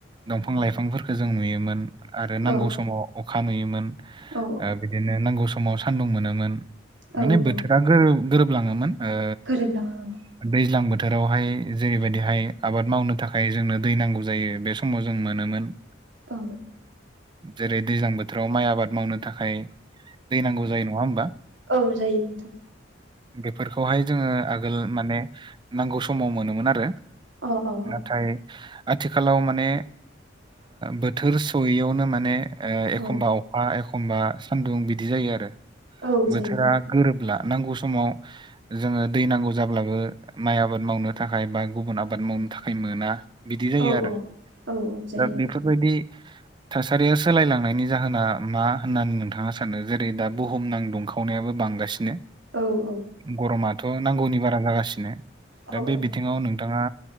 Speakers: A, on the right; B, on the right.
A: दंफां लाइफांफोरखौ जों नुयोमोन आरो नांगौ
B: औ
A: समाव अखा नुयोमोन
B: औ
A: बिदिनो नांगौ समाव सान्दुं मोनोमोन
B: औ
A: माने
B: औ
A: बोथोरा गोरोबलाङोमोन ओ
B: गोरोबलाङो ओं
A: दैज्लां बोथोरावहाय जेरैबायदिहाय आबाद मावनो थाखाय जोंनो दै नांगौ जायो बे सम समाव जों मोनोमोन
B: औ
A: जेरै दैज्लां बोथोराव माइ आबाद मावनो थाखाय दै नांगौ जायो नङा होमबा
B: औ जायो नोंथां
A: बेफोरखौहाय जोङो आगोल माने नांगौ समाव मोनोमोन आरो
B: अ अ
A: नाथाय आथिखालाव माने बोथोर सयैयावनो माने एखमबा
B: अ औ
A: अखा एखब एखमबा सान्दुं बिदि जायो आरो
B: औ जायो
A: बोथोरा गोरोबला नांगौ समाव जोङो दै नांगौ जाब्लाबो माइ आबाद मावनो थाखाय बा गुबुन आबाद मावनो थाखाय मोना बिदि जायो
B: औ
A: आरो
B: औ औ जायो
A: दा
B: नोंथां
A: बेफोरबायदि थासारिया सोलायलांनायनि जाहोना मा होननानै नोंथाङा सानो जेरै दा बुहुम नां दुंखाव खावनायाबो बांगासिनो
B: औ औ
A: गरमाथ' नांगौनि बारा जागासिनो
B: औ
A: दा बे
B: औ
A: बिथिङाव नोंथाङा